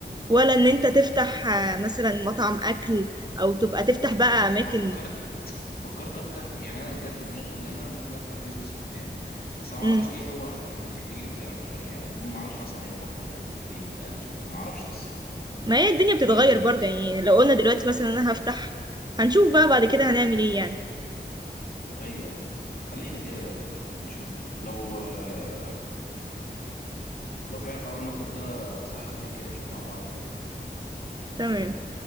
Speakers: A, on the right; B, on the left.
A: ولا ان انت تفتح آه، مثلا مطعم اكل او تبقى تفتح بقى اماكن
B: فكرت فكرت افتح يعني انا جت في دماغي ان انا ممكن افتح بيزنس قدام بس انا
A: مم.
B: ما اعرفش ايه هو هيكون الكاتيجوري بتاعه مش عارف- يعني ما اعرفش مثلا هيبقى مطعم هيبقى كافيه بتاع مش عارف إيه، ما اعرفش لسه
A: ما هي الدنيا بتتغير برضه يعني لو قلنا دلوقتي مثلا انا هفتح هنشوف بقى بعد كده هنعمل ايه يعني
B: ايوه ايوه خلينا كده نشوف لو آه، لو فعلا حوار المكتب ده صح خلينا كده نشوف مع بعض يعني
A: تمام